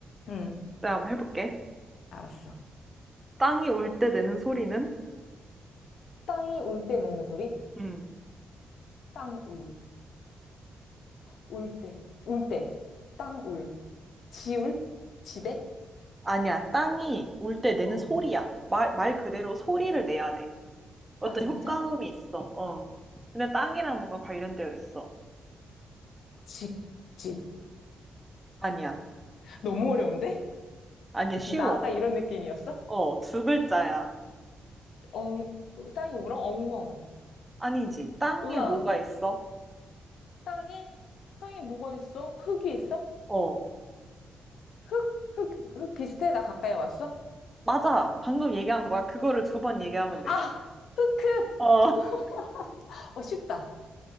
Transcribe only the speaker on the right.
내가 한번 해볼게.
땅이 울 때 내는 소리는?
음.
아니야. 땅이 울 때 내는
소리야. 말, 말 그대로 소리를 내야 돼. 어떤
효과음이 있어. 어. 근데 땅이랑 뭔가 관련되어 있어.
아니야.
아니야. 쉬워.
어, 두 글자야.
아니지. 땅에
뭐가 있어?
어.
맞아. 방금 얘기한 거야. 그거를 두 번 얘기하면 돼.
어,
<laughs>